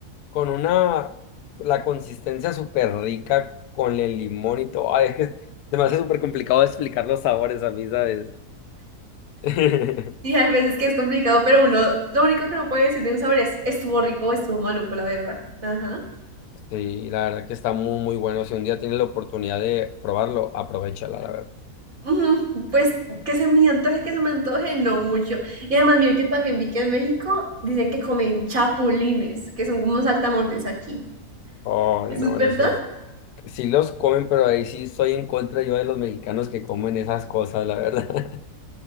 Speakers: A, on the left; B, on the right.
A: con una, la consistencia súper rica con el limón y todo. Ay, es que se me hace súper complicado explicar los sabores a mí, ¿sabes? <laughs>
B: Sí, hay veces que es complicado, pero uno, lo único que no puede decir de un sabor es, estuvo rico o estuvo maluco, la verdad. Ajá.
A: Sí, la verdad que está muy, muy bueno. Si un día tienes la oportunidad de probarlo, aprovechala, la verdad.
B: Ujú, Pues que se me antoje, que se me antoje, no mucho. Y además, mire que también vi que en México dicen que comen chapulines, que son como saltamontes aquí.
A: Ay,
B: ¿Eso
A: no,
B: es verdad?
A: eso Sí los comen, pero ahí sí estoy en contra yo de los mexicanos que comen esas cosas, la verdad. <laughs>